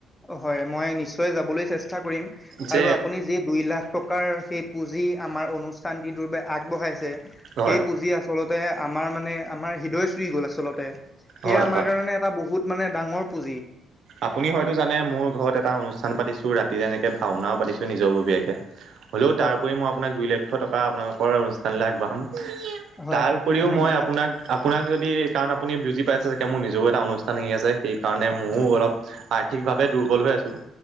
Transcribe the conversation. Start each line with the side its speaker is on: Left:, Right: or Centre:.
Left: হয় মই নিশ্চয় যাবলে চেষ্টা কৰিম।
Right: যে
Left: আৰু আপুনি যি দুই লাখ টকাৰ সেই- পুঁজি আমাৰ অনুষ্ঠান যিটোৰ বাবে আগবঢ়াইছে।
Right: হয়
Left: সেই পুঁজি আচলতে- আমাৰ মানে আমাৰ হৃদয় চুই গ'ল আচলতে। সেয়া
Right: হয়
Left: আমাৰ
Right: হয়।
Left: কাৰণে এটা বহুত মানে ডাঙৰ- পুঁজি
Right: আপুনি হয়তো জানে মোৰ ঘৰত এটা অনুষ্ঠান পাতিছো ৰাতি এনেকে ভাওনাও পাতিছো। নিজৰববীয়াকে। হ'লেও
Left: হয়
Right: তাৰ উপৰি মই আপোনাক দুই লক্ষ টকা আপোনালোকৰ অনুষ্ঠানলৈ আগবঢ়াম।
Left: হয়
Right: তাৰপৰিও
Left: ধন্যবাদ
Right: মই আপোনাক- আপোনাক যদি কাৰণ আপুনি বুজি পাইছে চাগে মোৰ নিজেও এটা অনুষ্ঠান আহি আছে। সেইকাৰণে ময়ো
Left: হয়
Right: অলপ- আৰ্থিকভাৱে দুৰ্বল হৈ আছো।